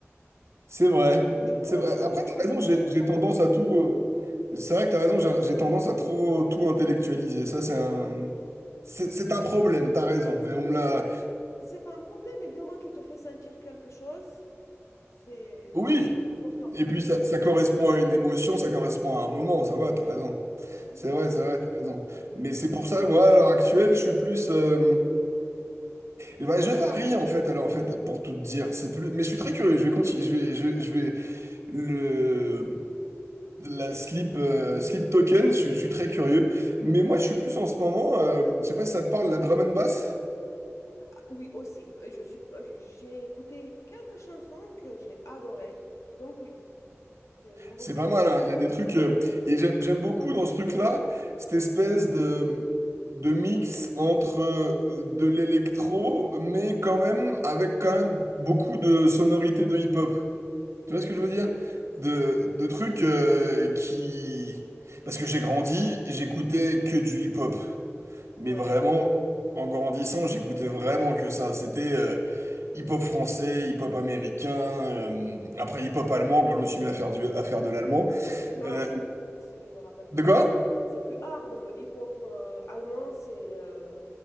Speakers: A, on the right; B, on the left.
A: c'est vrai.
B: Tu peux
A: C'est
B: l'intellectualiser,
A: vrai. Après, t'as raison, j'ai
B: le
A: j'ai
B: catégoriser.
A: tendance à tout. euh, c'est vrai que t'as raison, j'ai j'ai tendance à trop tout intellectualiser. Ça, c'est un. C'est c'est un problème, t'as raison. Et on
B: Mais
A: me
B: non,
A: l'a.
B: c'est c'est pas un problème, mais du moment qu'il te fait sentir quelque chose, c'est
A: Oui!
B: c'est important.
A: Et puis ça, ça correspond à une émotion, ça correspond à un moment, ça va, t'as raison.
B: C'est
A: C'est
B: ça.
A: vrai, c'est vrai, t'as raison. Mais c'est pour ça, moi, à l'heure actuelle, je suis plus. euh, Eh ben, je varie en fait, alors en fait, pour tout te dire, c'est plus. Mais je suis très curieux. Je vais continuer. Je vais, je vais, je vais- le la slip euh, slip token. Je, suis je suis très curieux. Mais moi, je suis plus en ce moment. euh, je sais pas si ça te parle la drum and bass.
B: Ah, Oui, aussi. Je suis, j'ai écouté quelques chansons que j'ai adorées, donc oui, c'est- j'aime beaucoup.
A: C'est pas mal. hein. Il y a des trucs euh, et j'aime j'aime beaucoup dans ce truc-là cette espèce de de mix entre euh, de l'électro, mais quand même avec quand même beaucoup de sonorités de hip-hop. Tu vois ce que je veux dire? De, de trucs euh, qui... Parce que j'ai grandi, j'écoutais que du hip-hop. Mais
B: Ouais.
A: vraiment, en grandissant, j'écoutais vraiment que ça. C'était euh, hip-hop français, hip-hop américain, euh, après hip-hop allemand, quand je me suis mis à faire, du, à faire de l'allemand.
B: Ça, c'est plus hard,
A: Euh,
B: si je me rappelle bien.
A: de quoi?
B: C'est plus hard, le hip-hop euh, allemand, c'est euh,